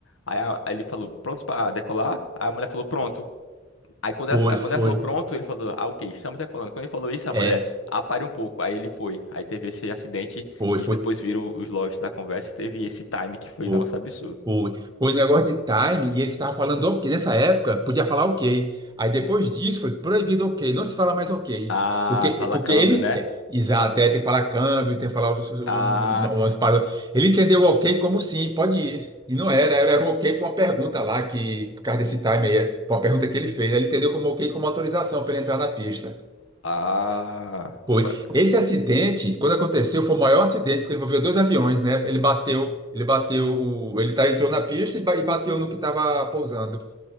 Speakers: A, on the left (about 80°); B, on the right (about 20°).
A: aí, a- aí ele falou: "Prontos pra decolar?". Aí a mulher falou: "Pronto". Aí quando
B: foi,
A: ela,
B: foi.
A: quando ela falou pronto, ele falou, ah, ok, estamos decolando. Quando ele falou isso, a
B: É,
A: mulher, ah, pare um pouco. Aí ele foi. Aí teve esse acidente
B: foi,
A: e
B: foi.
A: depois viram os logs da conversa e teve esse time que foi
B: foi.
A: um negócio absurdo.
B: Foi. Foi um negócio de time e eles estavam falando ok. Nessa época, podia falar ok. Aí depois disso foi proibido ok. Não se fala mais ok.
A: Ah,
B: Porque,
A: fala
B: porque
A: câmbio,
B: ele.
A: né?
B: é, exato, é, tem que falar câmbio, tem que falar os- os- umas
A: Ah, s-
B: palavras. Ele entendeu o ok como sim, pode ir. E não era, era um ok para uma pergunta lá, que, por causa desse time aí, para uma pergunta que ele fez. Aí ele entendeu como ok como autorização para ele entrar na pista.
A: ah,
B: Foi.
A: pa-
B: Esse acidente, quando aconteceu, foi o maior acidente, porque envolveu dois aviões, né? Ele bateu, ele bateu, o- ele tá, entrou na pista e ba- e bateu no que estava pousando.